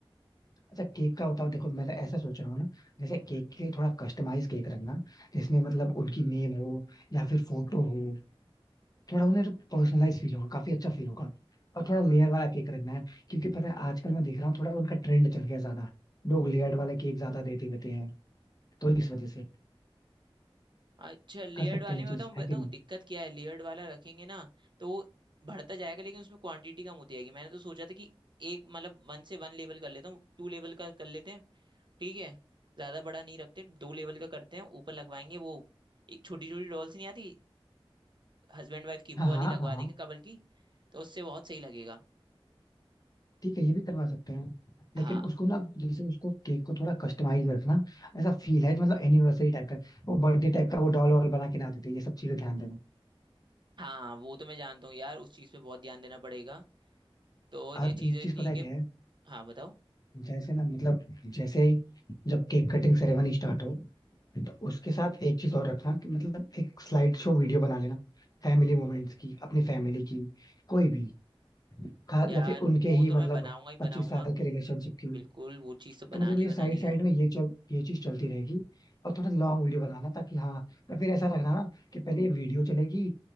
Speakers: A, on the left; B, on the right.
A: अच्छा केक का बताओ देखो मैं ऐसा सोच रहा हूँ ना जैसे केक के लिए थोड़ा कस्टमाइज केक रखना जिसमें मतलब उनकी नेम हो या फिर फोटो हो थोड़ा उन्हें पर्सनलाइज फील होगा काफी अच्छा फील होगा और थोड़ा लेयर वाला केक रखना है क्योंकि पता है आजकल मैं देख रहा हूँ थोड़ा उनका ट्रेंड चल गया ज्यादा लोग लेयर्ड वाले केक ज्यादा देते रहते हैं तो इस वजह से
B: अच्छा लेयर्ड
A: कर सकते
B: वाले
A: हैं ये
B: में
A: चीज
B: बताऊँ बताऊँ
A: है कि नहीं
B: दिक्कत क्या है लेयर्ड वाला रखेंगे ना तो वो बढ़ता जाएगा लेकिन उसमें क्वांटिटी कम होती जाएगी मैंने तो सोचा था कि एक मतलब वन से वन लेवल कर लेता हूँ टू लेवल का कर लेते हैं ठीक है ज्यादा बड़ा नहीं रखते दो लेवल का करते हैं ऊपर लगवाएंगे वो एक छोटी छोटी डॉल्स नहीं आती हस्बैंड वाइफ की वो
A: हाँ
B: वाली
A: हाँ
B: लगवा
A: हाँ हाँ
B: देंगे कबल की तो उससे बहुत सही लगेगा
A: ठीक है ये भी करवा सकते हैं लेकिन
B: हाँ
A: उसको ना जैसे उसको केक को थोड़ा कस्टमाइज रखना ऐसा फील है मतलब एनिवर्सरी टाइप का वो बर्थडे टाइप का वो डॉल वॉल बना के ना देते ये सब चीजें ध्यान देना
B: हाँ हाँ, वो तो मैं जानता हूँ यार उस चीज़ पे बहुत ध्यान देना पड़ेगा तो
A: और
B: ये चीजें
A: एक चीज
B: ठीक
A: पता है
B: है
A: क्या है
B: हाँ बताओ
A: जैसे ना मतलब जैसे ही जब केक कटिंग सेरेमनी स्टार्ट हो तो उसके साथ एक चीज और रखना कि मतलब एक स्लाइड शो वीडियो बना लेना फैमिली मोमेंट्स की अपनी फैमिली की कोई भी खा
B: यार
A: या फिर उनके
B: वो
A: ही
B: तो
A: मतलब
B: मैं बनाऊंगा ही
A: पच्चीस
B: बनाऊंगा
A: साल के रिलेशनशिप की
B: बिल्कुल वो चीज तो
A: तो
B: बनानी
A: मतलब ये
B: ही बनानी
A: साइड साइड
B: है
A: में ये चल ये चीज चलती रहेगी और थोड़ा लॉन्ग वीडियो बनाना ताकि हाँ पर फिर ऐसा रखना ना कि पहले ये वीडियो चलेगी